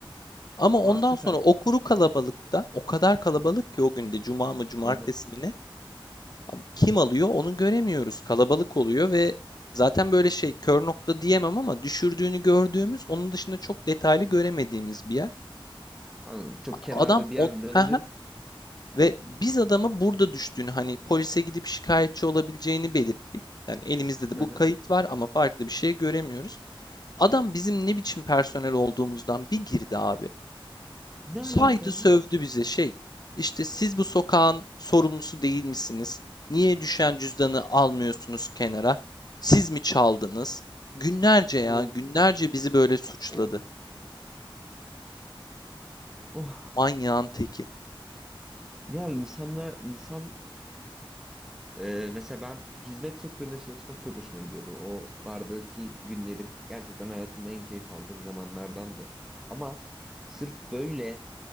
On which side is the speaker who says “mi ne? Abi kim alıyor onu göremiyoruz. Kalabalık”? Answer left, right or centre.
Left